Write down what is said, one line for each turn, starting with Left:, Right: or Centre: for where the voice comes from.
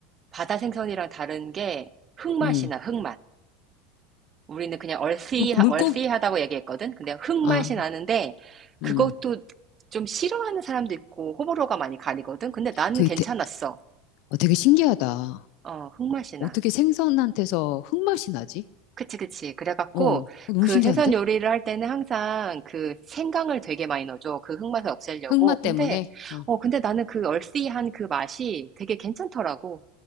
Right: 바다 생선이랑 다른 게 흙맛이
Left: 응.
Right: 나, 흙맛. 우리는 그냥 얼씨,
Left: 물,
Right: 얼씨하다고
Left: 물고기,
Right: 얘기했거든? 근데 흙맛이
Left: 아,
Right: 나는데, 그것도
Left: 음,
Right: 좀 싫어하는 사람도 있고, 호불호가 많이 가리거든? 근데 나는
Left: 그,
Right: 괜찮았어.
Left: 되, 어, 되게 신기하다.
Right: 어, 흙맛이 나.
Left: 어떻게 생선한테서 흙맛이 나지?
Right: 그치, 그치. 그래갖고,
Left: 어, 어, 너무
Right: 그
Left: 신기한데?
Right: 해산 요리를 할 때는 항상 그 생강을 되게 많이 넣어줘. 그 흙맛을 없애려고.
Left: 흑마 때문에?
Right: 근데,
Left: 어.
Right: 어, 근데 나는 그 얼씨한 그 맛이 되게 괜찮더라고.